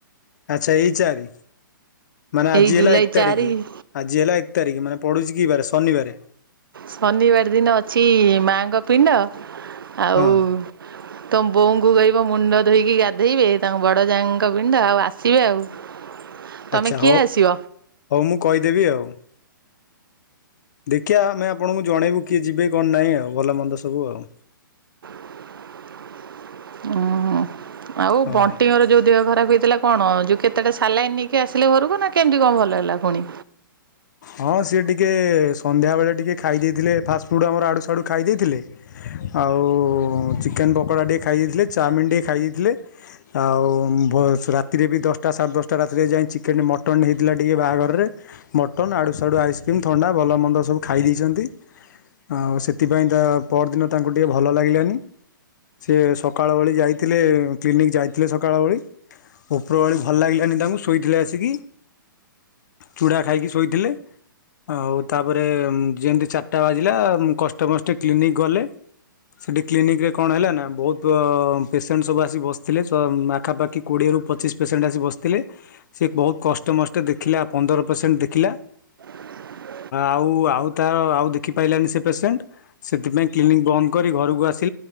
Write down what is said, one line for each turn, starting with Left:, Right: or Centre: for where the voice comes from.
Left: ଆଚ୍ଛା ଏଇ ଚାରି ମାନେ ଆଜି
Right: ଏଇ ଜୁଲାଇ
Left: ହେଲା ଏକ
Right: ଚାରି
Left: ତାରିଖ ଆଜି ହେଲା ଏକ ତାରିଖ ମାନେ ପଡୁଛି କି ବାରେ ଶନିବାରେ।
Right: ଶନିବାର ଦିନ ଅଛି ମାଙ୍କ ପିଣ୍ଡ, ଆଉ
Left: ହଁ
Right: ତୁମ ବୋଉଙ୍କୁ କହିବ ମୁଣ୍ଡ ଧୋଇକି ଗାଧେଇବେ, ତାଙ୍କ ବଡ଼ ଯାଙ୍କ ପିଣ୍ଡ ଆଉ ଆସିବେ ଆଉ। ତମେ
Left: ଆଛା
Right: କିଏ
Left: ହଉ
Right: ଆସିବ?
Left: ହଉ ମୁଁ କହିଦେବି ଆଉ। ଦେଖିଆ ଆମେ ଆପଣଙ୍କୁ ଜଣେଇବୁ, କିଏ ଯିବେ କଣ ନାହିଁ ଆଉ ଭଲ ମନ୍ଦ ସବୁ ଆଉ।
Right: <inaudible> ଓ ଆଉ
Left: ହଁ
Right: ବଣ୍ଟି ଘର ଯୋଉ ଦେହ ଖରାପ ହେଇଥିଲା, କଣ ଯୋଉ କେତେଟା ସାଲାଇନ୍ ନେଇକି ଆସିଲେ ଘରକୁ ନା, କେମିତି କଣ ଭଲ ହେଲା ପୁଣି?
Left: ହଁ ସିଏ ଟିକେ ସନ୍ଧ୍ୟାବେଳେ ଟିକିଏ ଖାଇ ଦେଇଥିଲେ, ଫାଷ୍ଟଫୁଡ଼୍ ଆମର ଆଡ଼ୁସଡ଼ୁ ଖାଇ ଦେଇଥିଲେ। ଆଉ ଚିକେନ ପକୋଡ଼ା ଟିକେ ଖାଇ ଦେଇଥିଲେ, ଚାଉମିିନ ଟିକେ ଖାଇ ଦେଇଥିଲେ। ଆଉ ରାତିରେ ବି ଦଶଟା ସାଢ଼େ ଦଶଟା ରାତିରେ ଯାଇ, ଚିକେନ ମଟନ୍ ହେଇଥିଲା ଟିକେ ବାହାଘରରେ ମଟନ୍ ଆଡ଼ୁସାଡ଼ୁ ଆଇସ୍କ୍ରିମ୍ ଥଣ୍ଡା ଭଲ ମନ୍ଦ ସବୁ ଖାଇ ଦେଇଛନ୍ତି। ଆଉ ସେଥିପାଇଁ ତା ପରଦିନ ତାଙ୍କୁ ଟିକେ ଭଲ ଲାଗିଲାନି। ସେ ସକାଳ ଓଳି ଯାଇଥିଲେ, କ୍ଲିନିକ ଯାଇଥିଲେ ସକାଳ ଓଳି ଉପର ଓଳି ଭଲ ଲାଗିଲାନି ତାଙ୍କୁ, ଶୋଇଥିଲେ ଆସିକି ଚୁଡ଼ା ଖାଇକି ଶୋଇଥିଲେ। ଆଉ ତାପରେ ଯେମତି ଚାରିଟା ବାଜିଲା କଷ୍ଟେମଷ୍ଟେ କ୍ଲିନିକ ଗଲେ। ସେଠି କ୍ଲିନିକରେ କଣ ହେଲା ନା, ବହୁତ ପେସେଣ୍ଟ ସବୁ ଆସି ବସିଥିଲେ । ପାଖାପାଖି କୋଡିଏ ରୁ ପଚିଶି ପେସେଣ୍ଟ ଆସି ବସିଥିଲେ, ସେ ବହୁତ କଷ୍ଟେ ମଷ୍ଟେ ଦେଖିଲେ ଆମ ପନ୍ଦର ପେସେଣ୍ଟ ଦେଖିଲା।
Right: ହଁ <unintelligible>
Left: ଆଉ ଆଉ ତା ଆଉ ଦେଖିପାରଲାନି ସେ ପେସେଣ୍ଟ, ସେଥିପାଇଁ କ୍ଲିନିକ ବନ୍ଦ କରି ଘରକୁ ଆସି